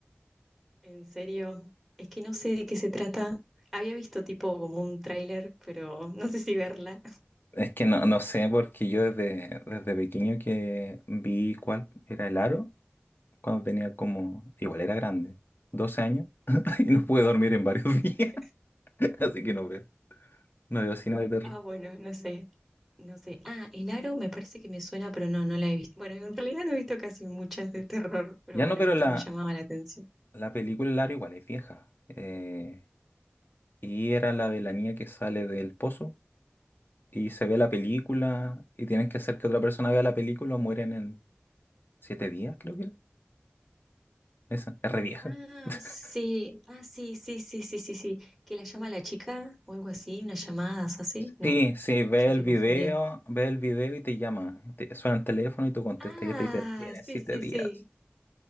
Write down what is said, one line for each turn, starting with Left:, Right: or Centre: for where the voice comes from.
Centre: En serio, es que no sé de qué se trata. Había visto tipo como un tráiler, pero <laughs> no sé si verla.
Left: Es que no, no sé, porque yo desde, desde pequeño que vi cuál era el aro, cuando tenía como, igual era grande, 12 años, <laughs> y no pude dormir en varios
Centre: <laughs>
Left: días, <laughs> así que no veo, no veo cine de terror.
Centre: Ah, bueno, no sé, no sé. Ah, El Aro me parece que me suena, pero no, no la he visto. Bueno, en realidad no he visto casi muchas de terror, pero
Left: Ya
Centre: bueno,
Left: no, pero
Centre: esta
Left: la,
Centre: me llamaba la atención.
Left: la película El aro igual es vieja. eh, y era la de la niña que sale del pozo. y se ve la película y tienes que hacer que otra persona vea la película o mueren en siete días, creo que era. Esa, es re vieja.
Centre: Ah,
Left: <laughs>
Centre: sí, ah, sí, sí, sí, sí, sí, sí. Que la llama la chica o algo así, unas llamadas así. No,
Left: Sí, sí, ve
Centre: o yo estoy
Left: el video,
Centre: confundida.
Left: ve el video y te llama. Te, suena el teléfono y tú contestas
Centre: Ah,
Left: y te dice, tienes
Centre: sí,
Left: siete
Centre: sí,
Left: días.
Centre: sí.